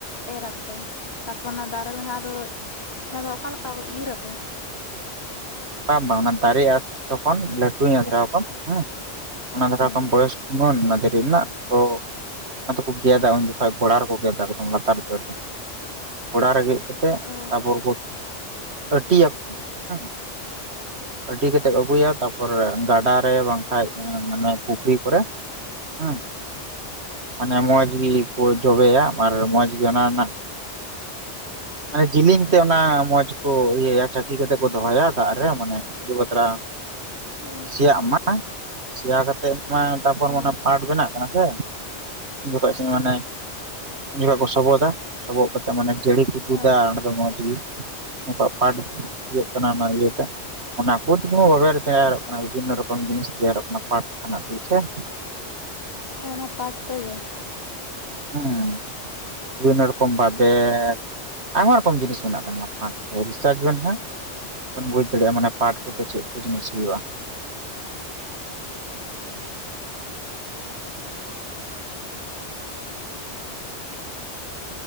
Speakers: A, on the left (about 60°); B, on the right (about 65°).
A: ᱮᱨ ᱟᱠᱚ ᱛᱟᱨᱯᱚᱨ ᱚᱱᱟ ᱫᱟᱨᱮ ᱞᱮᱱᱠᱷᱟᱱ ᱟᱫᱚ ᱚᱱᱟ ᱫᱚ ᱚᱠᱟ ᱞᱮᱠᱟ ᱠᱚ ᱤᱨ ᱟᱠᱚ?
B: ᱵᱟᱝ ᱵᱟᱝ ᱚᱱᱟ ᱫᱟᱨᱮᱼᱟ ᱛᱚᱠᱷᱚᱱ ᱞᱟᱹᱴᱩᱧ ᱟᱫᱷᱨᱟᱣ ᱠᱚ ᱦᱮᱸ᱾ ᱚᱱᱟ ᱫᱷᱟᱨᱟ
A: ᱦᱮᱸ
B: ᱠᱷᱚᱢ ᱵᱚᱭᱚᱥ ᱛᱩᱢᱟᱹᱱ ᱚᱱᱟ ᱫᱟᱨᱤ ᱨᱮᱱᱟᱜ ᱛᱚ ᱚᱱᱟ ᱫᱚᱠᱚ ᱜᱮᱫᱼᱟ ᱩᱱ ᱡᱚᱠᱷᱚᱡ ᱜᱳᱲᱟ ᱨᱮᱠᱚ ᱜᱮᱫᱼᱟ ᱮᱠᱫᱚᱢ ᱞᱟᱛᱟᱨ ᱛᱟᱹᱨ ᱨᱮ᱾ ᱜᱳᱲᱟ ᱨᱮ ᱜᱮᱫ ᱠᱟᱛᱮᱜ
A: ᱚ
B: ᱛᱟᱨᱯᱚᱨ ᱠᱚ ᱟᱹᱴᱤᱭᱟᱠᱚ ᱦᱮᱸ᱾ ᱟᱹᱴᱤ ᱠᱟᱛᱮᱫ ᱟᱹᱜᱩᱭᱟ ᱛᱟᱨᱯᱚᱨ ᱜᱟᱰᱟ ᱨᱮ ᱵᱟᱝᱠᱟᱡ ᱢᱟᱱᱮ ᱯᱩᱠᱷᱨᱤ ᱠᱚᱨᱮ ᱦᱮᱸ᱾ ᱢᱟᱱᱮ ᱢᱚᱸᱡ ᱜᱤᱠᱚ ᱡᱚᱵᱮᱭᱟ ᱟᱵᱟᱨ ᱢᱚᱸᱡ ᱜᱮ ᱚᱱᱟ ᱨᱮᱱᱟᱜ ᱢᱟᱱᱮ ᱡᱤᱞᱤᱧ ᱛᱮ ᱚᱱᱟ ᱢᱚᱸᱡ ᱠᱚ ᱤᱭᱟᱹᱭᱟ ᱪᱟᱹᱠᱤ ᱠᱟᱛᱮ ᱠᱚ ᱫᱚᱦᱚᱭᱟ᱾ ᱥᱮᱛᱟᱜ ᱨᱮ ᱢᱟᱱᱮ ᱟᱰᱤ ᱵᱷᱟᱛᱨᱟ᱾
A: ᱚ
B: ᱥᱤᱭᱟᱜ ᱢᱟ, ᱥᱤᱭᱟ ᱠᱟᱛᱮᱜ ᱢᱟ ᱛᱟᱯᱚᱨ
A: ᱦᱮᱸ
B: ᱚᱱᱟ ᱯᱟᱴ ᱵᱮᱱᱟᱜ ᱠᱟᱱᱟ ᱥᱮ᱾ ᱩᱱ ᱡᱚᱠᱷᱚᱡ ᱤᱥᱤᱱ ᱢᱟᱱᱮ ᱩᱱ ᱡᱚᱠᱷᱚᱡ ᱠᱚ ᱥᱚᱵᱚᱫᱟ ᱥᱚᱵᱚᱜ ᱠᱟᱛᱮ ᱢᱟᱱᱮ ᱡᱟᱹᱲᱤ ᱠᱚ ᱛᱩᱫᱟ
A: ᱚ
B: ᱚᱸᱰᱮ ᱫᱚ ᱢᱚᱸᱡ ᱜᱤ᱾ ᱩᱱᱠᱩᱣᱟᱜ ᱯᱟᱴ ᱠᱚ ᱤᱭᱟᱹᱜ ᱠᱟᱱᱟ ᱚᱱᱟ ᱤᱭᱟᱹ ᱚᱱᱟ ᱠᱩ ᱛᱤᱜᱤ ᱢᱟ ᱵᱟᱵᱮᱨ ᱛᱮᱭᱟᱨᱚᱜ ᱠᱟᱱᱟ ᱵᱤᱵᱷᱤᱱᱱᱚ ᱨᱚᱠᱚᱢ ᱡᱤᱱᱤᱥ ᱛᱮᱭᱟᱨᱚᱜ ᱠᱟᱱᱟ ᱯᱟᱴ <unintelligible>
A: ᱚᱱᱟ ᱯᱟᱴ ᱛᱮᱜᱮ
B: ᱦᱮᱸ ᱵᱤᱵᱷᱤᱱᱱᱚ ᱨᱚᱠᱚᱢ ᱵᱟᱵᱮᱨ ᱟᱭᱢᱟ ᱨᱚᱠᱚᱢ ᱡᱤᱱᱤᱥ ᱢᱮᱱᱟᱜ ᱠᱟᱱᱟ ᱯᱟᱴ ᱛᱮ ᱨᱤᱥᱟᱨᱡᱽ ᱵᱮᱱ ᱦᱟᱸᱜ ᱵᱮᱱ ᱵᱩᱡᱽ ᱫᱟᱲᱮᱭᱟᱜ-ᱟ ᱢᱟᱱᱮ ᱯᱟᱴ ᱠᱚᱛᱮ ᱪᱮᱫ ᱠᱚ ᱡᱤᱱᱤᱥ ᱦᱩᱭᱩᱜ-ᱟ